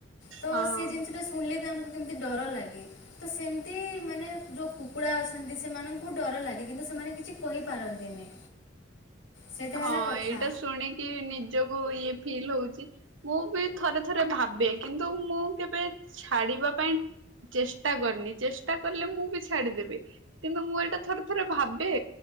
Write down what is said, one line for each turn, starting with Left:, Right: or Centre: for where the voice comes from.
Left: ତ
Right: ହଁ
Left: ସେ ଜିନିଷଟା ସେ ପୁଣିଲେ ବି ଆମକୁ କେମିତି ଡର ଲାଗେ। ତ ସେମିତି ମାନେ ଯୋଉ କୁକୁଡ଼ା ଅଛନ୍ତି ସେମାନଙ୍କୁ ଡର ଲାଗେ କିନ୍ତୁ ସେମାନେ କିଛି କହିପାରନ୍ତିନି। ସେଇଟା ହେଲା
Right: ହଁ
Left: କଥା
Right: ଏଇଟା ଶୁଣିକି ନିଜକୁ ଇଏ ଫିଲ୍ ହଉଛି। ମୁଁ ବି ଥରେ ଥରେ ଭାବେ କିନ୍ତୁ, ମୁଁ କେବେ ଛାଡିବା ପାଇଁ ଚେଷ୍ଟା କରନି। ସେ କହିଲେ ମୁଁ ବି ଛାଡିଦେବି କିନ୍ତୁ ମୁଁ ଏଇଟା ଥରେ ଥରେ ଭାବେ